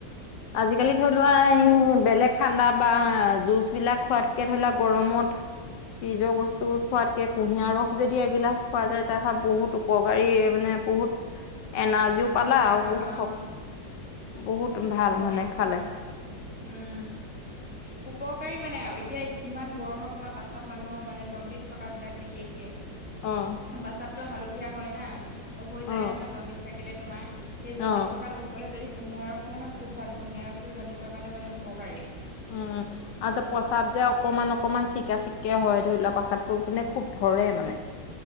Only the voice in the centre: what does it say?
উপকাৰ
পোৱা
হয় অ'
শক্তিও
পোৱা
হয় উম' উপকাৰী মানে আৰু এতিয়া কিমান গৰমত তোমাৰ প্ৰস্ৰাৱ মানুহৰ মানে জণ্ডিচ থকা বিলাক বিশেষকে।
প্ৰস্ৰাৱটো হালধীয়া হয় না, হৈ
যায় নহয় জণ্ডিচ থাকিলে তোমাৰ। সেই
জণ্ডিচ থকা লোকসকলে যদি কুঁহিয়াৰ ৰস খায় ন খুব ভাল, কুঁহিয়াৰ ৰসটো জণ্ডিচৰ কাৰণে মানে উপকাৰী।